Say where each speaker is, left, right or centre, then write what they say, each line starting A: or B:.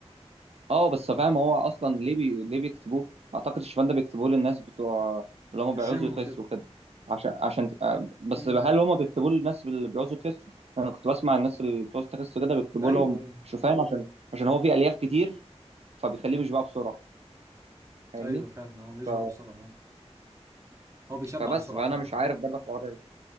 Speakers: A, on the right; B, on the right.
A: اه بس فاهم هو اصلا ليه بي... ليه بيكتبوه اعتقد الشوفان ده بيكتبوه للناس بتوع اللي هم
B: الجيم
A: بيعوزوا يخسوا
B: وكده
A: كده عشان عشان آه، بس
B: امم
A: هل هم بيكتبوه للناس اللي بيعوزوا يخسوا انا كنت بسمع الناس اللي بتعوز تخس كده بيكتبوا
B: ايوه
A: لهم
B: ايوه
A: شوفان عشان عشان هو فيه الياف كتير فبيخليه
B: امم
A: مش بقى بسرعه فاهمني
B: ايوه فعلا هو بيشبع
A: ف...
B: بسرعه اه هو بيشبع
A: فبس
B: بسرعه
A: فانا
B: فعلا
A: مش عارف بره الحوار ده.